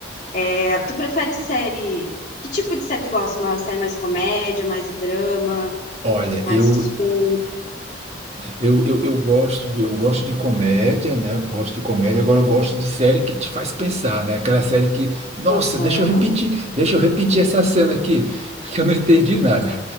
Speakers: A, on the left (about 35°); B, on the right (about 35°).
A: É, tu prefere série? Que tipo de série tu gosta? Uma série mais comédia, mais drama,
B: Olha,
A: mais
B: eu,
A: suspense?
B: Eu, eu, eu gosto, eu gosto de comédia, né? Eu Gosto de comédia, agora eu gosto de série que te faz pensar, né? Aquela série que, nossa,
A: Aham.
B: deixa eu repetir, deixa eu repetir essa cena aqui, <laughs> que eu não entendi nada.